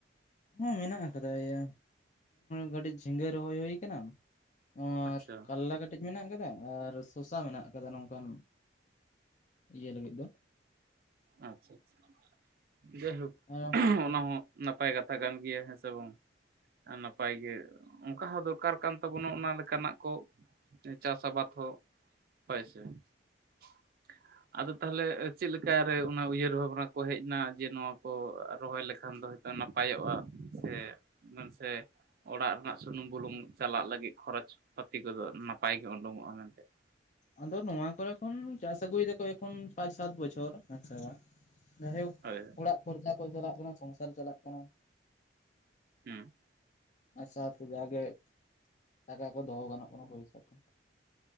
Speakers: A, on the left; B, on the right.
A: ᱦᱮᱸ ᱢᱮᱱᱟᱜ ᱟᱠᱟᱫᱟ ᱤᱭᱟᱹ ᱠᱟᱹᱴᱤᱡ ᱡᱷᱤᱸᱜᱟᱹ ᱨᱚᱦᱚᱭ ᱦᱩᱭ ᱟᱠᱟᱱᱟ ᱟᱨ
B: ᱟᱪᱪᱷᱟ
A: ᱠᱟᱞᱞᱟ ᱠᱟ ᱠᱟᱴᱤᱡ ᱢᱮᱱᱟᱜ ᱟᱠᱟᱫᱟ ᱟᱨ ᱥᱚᱥᱟ ᱢᱮᱱᱟᱜ ᱟᱠᱟᱫᱟ ᱱᱚᱝᱠᱟᱱ ᱤᱭᱟᱹ ᱞᱟᱹᱜᱤᱫ ᱫᱚ
B: ᱟᱼᱪᱪᱷᱟ, ᱟᱪᱪᱷᱟ, ᱡᱟᱭ ᱦᱳᱠ ᱾
A: ᱮᱸᱻᱳᱸ ᱾
B: ᱩᱸᱷ ᱚᱱᱟ ᱦᱚᱸ, ᱱᱟᱯᱟᱭ ᱠᱟᱛᱷᱟ ᱠᱟᱱ ᱜᱮᱭᱟ, ᱦᱮᱸᱥᱮ ᱵᱟᱝ? ᱱᱟᱯᱟᱭ ᱜᱮ, ᱚᱱᱠᱟ ᱦᱚᱸ, ᱫᱚᱨᱠᱟᱨ ᱠᱟᱱ ᱛᱟᱵᱚᱱᱟ ᱾ ᱚᱱᱟ, ᱞᱮᱠᱟᱱᱟᱜ ᱠᱚ ᱪᱟᱥ ᱟᱵᱟᱫ ᱦᱚ, ‌ ᱦᱳᱭ ᱥᱮ ᱾ ᱟᱫᱚ, ᱛᱟᱦᱚᱞᱮ ᱪᱮᱫ ᱞᱮᱠᱟ? ᱥᱮ, ᱚᱱᱟ ᱩᱭᱦᱟᱹᱨ ᱵᱷᱟᱵᱽᱱᱟ ᱠᱚ, ᱦᱮᱡ ᱮᱱᱟ, ᱡᱮ ᱱᱚᱣᱟ ᱠᱚ, ᱨᱚᱦᱚᱭ ᱞᱮᱠᱷᱟᱱ ᱫᱚ, ᱦᱚᱭ ᱛᱳ, ᱱᱟᱯᱟᱭᱚᱜᱼᱟ ᱾ ᱥᱮ ᱢᱮᱱ ᱥᱮ ᱚᱲᱟᱜ ᱨᱮᱱᱟᱜ, ᱥᱩᱱᱩᱢ ᱵᱩᱞᱩᱝ ᱪᱟᱞᱟᱜ ᱞᱟᱹᱜᱤᱫ, ᱠᱷᱚᱨᱚᱪ ᱯᱟᱹᱛᱤ ᱠᱚᱫᱚ, ᱱᱟᱯᱟᱭ ᱜᱮ, ᱩᱰᱩᱠᱚᱜᱼᱟ, ᱢᱮᱱᱛᱮ ᱾
A: ᱟᱫᱚ, ᱱᱚᱣᱟ ᱠᱚᱨᱮ ᱠᱷᱚᱱ, ᱪᱟᱥ ᱟᱹᱜᱩᱭ ᱮᱫᱟ ᱠᱚ, ᱮᱠᱷᱚᱱ ᱯᱟᱸᱪ, ᱥᱟᱛ ᱵᱚᱪᱷᱚᱨ, ᱦᱮᱸ ᱥᱮ ᱵᱟᱝ? ᱡᱟᱭ ᱦᱳᱠ,
B: ᱦᱳᱭ
A: ᱚᱲᱟᱜ ᱠᱷᱚᱨᱪᱟ ᱠᱚ, ᱪᱟᱞᱟᱜ ᱠᱟᱱᱟ ᱾ ᱥᱚᱝᱥᱟᱨ ᱪᱟᱞᱟᱜ ᱠᱟᱱᱟ ᱾
B: ᱦᱮᱸᱻ ᱾
A: ᱟᱪᱪᱷᱟ ᱦᱟᱯᱮ, ᱡᱟᱜᱮ ᱴᱟᱠᱟ ᱠᱚ, ᱫᱚᱦᱚ ᱜᱟᱱᱚᱜ ᱠᱟᱱᱟ ᱾ ᱯᱚᱭᱥᱟ ᱠᱚ ᱼᱼ